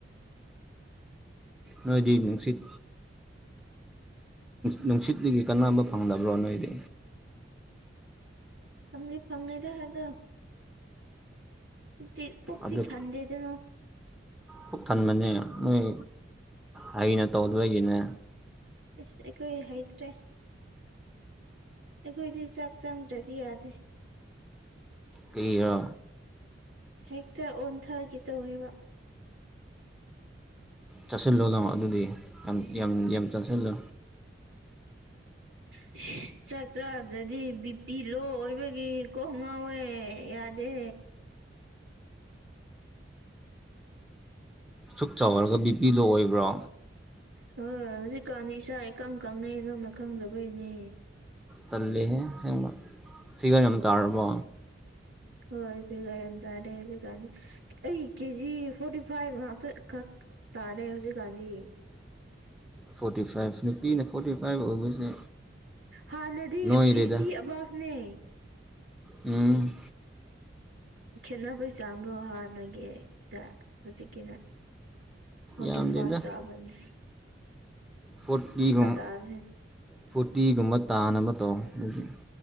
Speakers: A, in the centre; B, on the right (about 80°).
A: ꯅꯣꯏꯗꯤ ꯅꯨꯡꯁꯤꯠ ꯅꯨꯡꯁꯤꯠꯒꯤ ꯀꯅꯥꯝꯕ ꯐꯪꯂꯗꯕ꯭ꯔꯣ ꯅꯣꯏꯗꯤ
B: ꯐꯪꯗꯤ ꯐꯪꯉꯩꯗ ꯍꯥꯏꯗꯣ ꯄꯨꯛꯇꯤ ꯄꯨꯛꯇꯛꯇꯤ
A: ꯑꯗꯨ
B: ꯊꯥꯟꯗꯦꯗꯅ
A: ꯄꯨꯛ ꯊꯟꯕꯅꯦ ꯅꯣꯏ ꯍꯩꯅ ꯇꯧꯗꯕꯒꯤꯅꯦ
B: ꯏꯁ ꯑꯩꯈꯣꯏ ꯍꯩꯇ꯭ꯔꯦ ꯑꯩꯈꯣꯏꯗꯤ ꯆꯥꯛ ꯆꯪꯇ‍ꯔꯗꯤ ꯌꯥꯗꯦ
A: ꯀꯩꯔꯥ
B: ꯍꯦꯛꯇ ꯑꯣꯟꯊꯒꯦ ꯇꯧꯋꯦꯕ
A: ꯆꯥꯁꯤꯜꯂꯣ ꯂꯥꯎ ꯑꯗꯨꯗꯤ ꯌꯥꯝ ꯌꯥꯝ ꯌꯥꯝ ꯆꯥꯁꯤꯜꯂꯣ
B: <unintelligible> ꯆꯥꯛ ꯆꯥꯗ꯭ꯔꯗꯤ ꯕꯤꯄꯤ ꯂꯣ ꯑꯣꯏꯕꯒꯤ ꯀꯣ ꯉꯥꯎꯋꯦ ꯌꯥꯗꯦ
A: ꯁꯨꯛ ꯆꯥꯎꯔꯒ ꯕꯤꯄꯤ ꯗꯡꯂꯣ ꯑꯣꯏꯕ꯭ꯔꯣ
B: ꯍꯣꯏ ꯍꯧꯖꯤꯛꯀꯥꯟꯗꯤ ꯏꯁꯥ ꯏꯀꯪ ꯀꯪꯉꯩ ꯅꯪꯅ ꯈꯪꯗꯕꯩꯅꯦ
A: ꯇꯜꯂꯦꯍꯦ ꯑꯁꯦꯡꯕ ꯐꯤꯒꯔ ꯌꯥꯝ ꯇꯥꯔꯕꯣ
B: ꯍꯣꯏ ꯐꯤꯒꯔ ꯌꯥꯝ ꯆꯥꯔꯦ ꯍꯧꯖꯤꯛꯀꯥꯟꯗꯤ ꯑꯩ ꯀꯦꯖꯤ ꯐꯣꯔꯇꯤ ꯐꯥꯏꯚ ꯉꯥꯛꯇ ꯈꯛ ꯇꯥꯔꯦ ꯍꯧꯖꯤꯛꯀꯥꯟꯗꯤ
A: ꯐꯣꯔꯇꯤ ꯐꯥꯏꯚ ꯅꯨꯄꯤꯅ ꯐꯣꯔꯇꯤ ꯐꯥꯏꯚ ꯑꯣꯏꯕꯁꯦ
B: ꯍꯥꯟꯅꯗꯤ
A: ꯅꯣꯏꯔꯦꯗ
B: ꯐꯤꯐꯇꯤ ꯑꯕꯥꯞꯅꯦ
A: ꯎꯝ
B: ꯈꯦꯠꯅꯕꯩ ꯆꯥꯡꯗꯣ ꯍꯥꯟꯅꯒꯤꯒ ꯍꯧꯖꯤꯛꯀꯤꯅ ꯐꯣꯔꯇꯤ
A: ꯌꯥꯝꯗꯦꯗ
B: ꯐꯥꯁꯇꯥꯕꯅꯤ
A: ꯐꯣꯔꯇꯤꯒꯨꯝ
B: ꯇꯥꯕꯅꯤ
A: ꯐꯣꯔꯇꯤꯒꯨꯝꯕ ꯇꯥꯅꯕ ꯇꯧ ꯑꯗꯨꯗꯤ